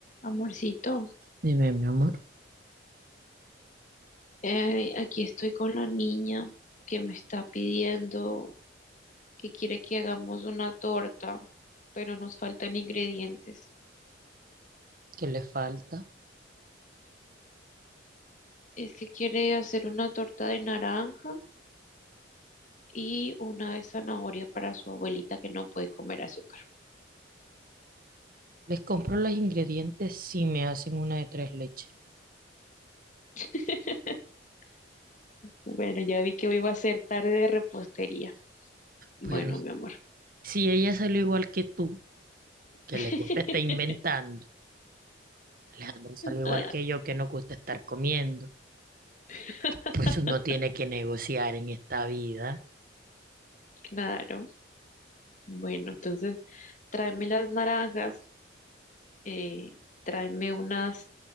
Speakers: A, on the left; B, on the right.
A: Amorcito,
B: Dime, mi amor,
A: eh, aquí estoy con la niña que me está pidiendo que quiere que hagamos una torta, pero nos faltan ingredientes.
B: ¿qué les falta?
A: Es que quiere hacer una torta de naranja y una de zanahoria para su abuelita que no puede comer azúcar.
B: Les compro los ingredientes si me hacen una de tres leches.
A: <laughs> Bueno, ya vi que hoy va a ser tarde de repostería. Bueno,
B: Pero
A: mi amor.
B: si ella salió igual que tú,
A: <laughs>
B: que le gusta estar inventando, Alejandro salió igual
A: Ah,
B: que yo, que nos gusta estar comiendo,
A: <laughs>
B: pues uno tiene que negociar en esta vida.
A: claro. Bueno, entonces tráeme las naranjas, eh, tráeme unas,